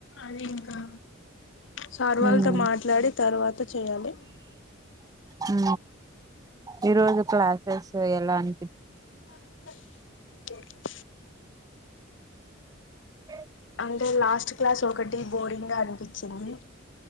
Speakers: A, on the left (about 65°); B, on the right (about 20°).
A: అది ఇంకా సార్ వాళ్ళతో
B: ఉమ్
A: మాట్లాడి తర్వాత చేయాలి
B: ఊ ఈ రోజు క్లాసెస్ ఎలా అని
A: క
B: అ
A: అంటే లాస్ట్ క్లాస్ ఒకటి బోరింగ్ గా అనిపించింది